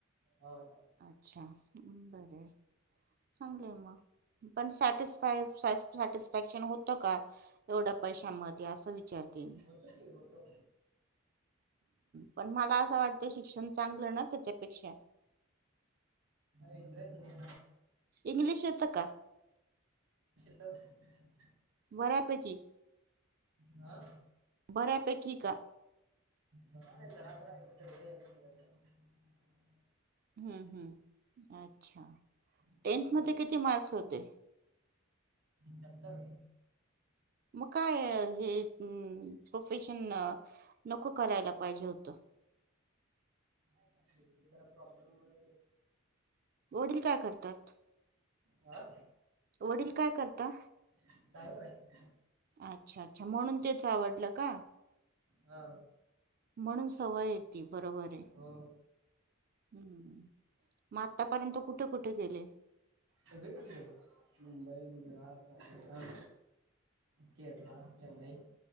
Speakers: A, on the right; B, on the right.
A: हा.
B: अच्छा बरं हाय. चांगल हाय मं, पण सॅटिसफाय, सॅटिसफाकशन होत का? एवढ्या पैशामध्ये असं विचारते मी
A: होतो की होतो.
B: पण मला असं वाटतं शिक्षण चांगलं ना त्याच्यापेक्षा.
A: इंटरस्ट <unintelligible>
B: इंग्लिश येतं का?
A: त.
B: बऱ्यापैकी.
A: हा
B: बऱ्यापैकी का.
A: बरा नाही जरा जरा यत ते एवढे <unintelligible>
B: हम्म हम्म अच्छा.
A: ह
B: टेन्थ मध्ये किती मार्क्स होते
A: सत्तर.
B: मग काय हे प्रोफेशन नको करायला पाहिजे होतं. रिकामा ऑडिओ
A: <unintelligible> जरा प्रॉब्लेम मुळे..
B: वडील काय करतात?
A: हा
B: वडील काय करता?
A: ड्रायव्हर आहे
B: अच्छा अच्छा म्हणून तेच आवडलं का?
A: हा.
B: म्हणून सवय येते बरोबर आहे.
A: हो
B: हम्म मग आतापर्यंत कुठे कुठे गेले?
A: सगळीकडे गेलो मुंबई, गुजरात, राजस्थान. केरला चेन्नई